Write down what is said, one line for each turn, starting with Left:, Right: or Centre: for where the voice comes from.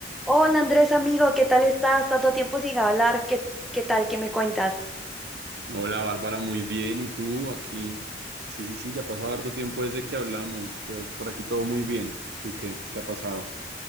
Centre: Hola Andrés, amigo, ¿qué tal estás? Tanto tiempo sin hablar, ¿qué, qué tal? ¿Qué me cuentas?
Right: Hola Bárbara, muy bien. ¿Y tú aquí? Sí, sí, sí, ya ha pasado harto tiempo desde que hablamos, pero por aquí todo muy bien. ¿Tú qué? ¿Qué ha pasado?